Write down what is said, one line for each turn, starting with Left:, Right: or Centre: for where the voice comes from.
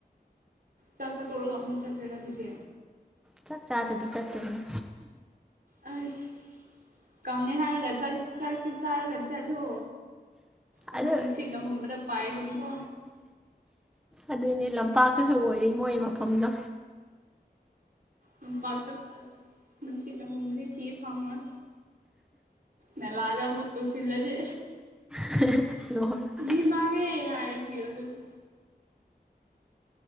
Right: ꯆꯥꯛꯆꯥ ꯇꯣꯛꯔꯒ ꯑꯃꯨꯛ ꯆꯠꯇꯣꯏꯔ ꯑꯗꯨꯗꯤ
Centre: ꯆꯥꯛ ꯆꯥꯗꯕꯤ ꯆꯠꯇꯣꯢꯅꯦ
Right: ꯑꯁ ꯀꯪꯉꯦ ꯍꯥꯏꯔꯒ ꯆꯥ ꯆꯥꯛꯇꯣ ꯆꯥꯔꯒ ꯆꯠꯂꯣ ꯑꯃꯨꯛ
Centre: ꯑꯗꯣ
Right: ꯅꯨꯡꯁꯤꯠꯅ ꯍꯨꯝꯕꯗ ꯄꯥꯏꯈꯤꯅꯤꯀꯣ
Centre: ꯑꯗꯨꯅꯦ ꯂꯝꯄꯥꯛꯇꯁꯨ ꯑꯣꯏꯔꯦ ꯃꯣꯏ ꯃꯐꯝꯗꯣ
Right: ꯂꯝꯄꯥꯛꯇ ꯑꯁ ꯅꯨꯡꯁꯤꯠꯅ ꯍꯨꯝꯕꯗꯤ ꯊꯤ ꯐꯪꯉꯣꯏ ꯅꯥꯂꯥꯗ ꯑꯃꯨꯛ ꯇꯨꯁꯤꯜꯂꯗꯤ
Centre: <inaudible>
Right: ꯃꯤ ꯃꯥꯡꯉꯦ ꯍꯥꯏꯔꯣ ꯑꯗꯨꯗꯤ